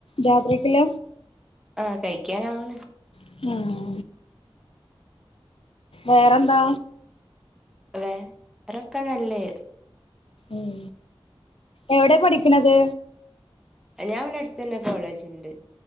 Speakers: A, on the left (about 70°); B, in the centre.
A: രാത്രിക്ക്ല്ലേ
B: ആഹ് കഴിക്കാനാവണ്
A: ആഹ് വേറെന്താ
B: വേ <unintelligible> നല്ലെ.
A: ഉം എവിടെ പഠിക്കണത്
B: ഞാൻ ഇവിടെ അടുത്തന്നെ കോളേജുണ്ട്